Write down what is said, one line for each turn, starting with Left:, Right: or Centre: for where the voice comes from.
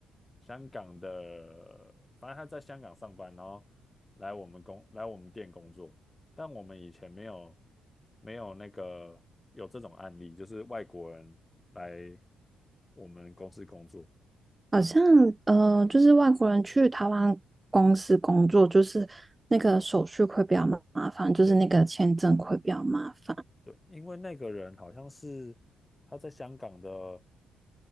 Left: 香港的，反正他在香港上班，然后来我们工来我们店工作，但我们以前没有没有那个有这种案例，就是外国人来我们公司工作。
Right: 好像呃，就是外国人去台湾公司工作，就是那个手续会比较麻麻烦，就是那个签证会比较麻烦。
Left: 对对，因为那个人好像是他在香港的